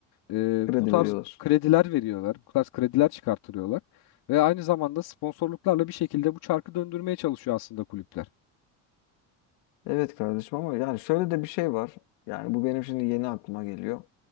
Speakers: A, on the left (about 70°); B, on the left (about 80°).
A: e,
B: Kredi
A: bu tarz
B: veriyorlar.
A: krediler veriyorlar. Bu tarz krediler çıkartırıyorlar. Ve aynı zamanda sponsorluklarla bir şekilde bu çarkı döndürmeye çalışıyor aslında kulüpler.
B: Evet kardeşim ama yani şöyle de bir şey var. Yani bu benim şimdi yeni aklıma geliyor.